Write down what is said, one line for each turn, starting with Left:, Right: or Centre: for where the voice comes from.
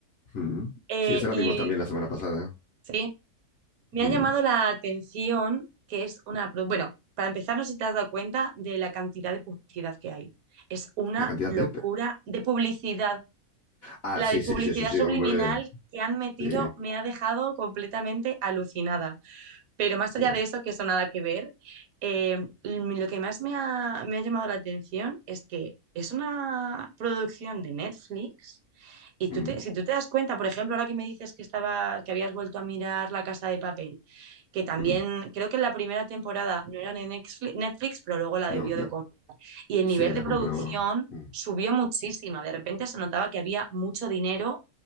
Left: Mm.
Right: Eh,
Left: Sí, esa la
Right: y
Left: vimos también la semana pasada.
Right: sí, Me
Left: Mm.
Right: ha llamado la atención que es una... pro- Bueno, para empezar, no sé si te has dado cuenta de la cantidad de publicidad que hay. Es una
Left: La cantidad
Right: locura
Left: de...
Right: de publicidad.
Left: Ah,
Right: La
Left: sí,
Right: de
Left: sí,
Right: publicidad
Left: sí, sí, sí,
Right: subliminal
Left: hombre.
Right: que han metido
Left: Sí,
Right: me ha dejado completamente alucinada. Pero más
Left: sí.
Right: allá de eso, que eso nada que ver, eh, mm, lo que más me ha, me ha llamado la atención es que es una producción de Netflix y tú
Left: Mm.
Right: te, si tú te das cuenta, por ejemplo, ahora que me dices que estaba, que habías vuelto a mirar La Casa de Papel, que también
Left: Mm.
Right: creo que en la primera temporada no era de Netflix, Netflix, pero luego la
Left: No,
Right: debió
Left: la-
Right: de comprar. Y el
Left: sí,
Right: nivel
Left: la
Right: de producción
Left: compró. Mm,
Right: subió muchísimo. De repente se notaba que había mucho dinero